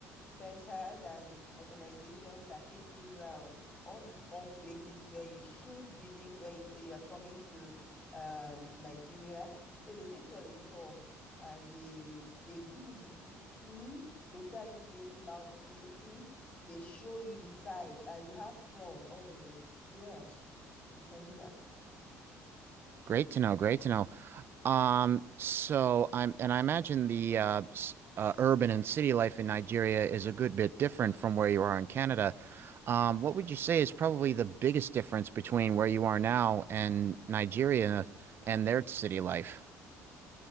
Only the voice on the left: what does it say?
centers and organizations that take you around all the fun places where you should visit when you say you're coming to um, Nigeria. So they take you on a tour and they they give you the history, they tell you things about the places, they show you the site, and you have fun all the way. Yeah, you can do that.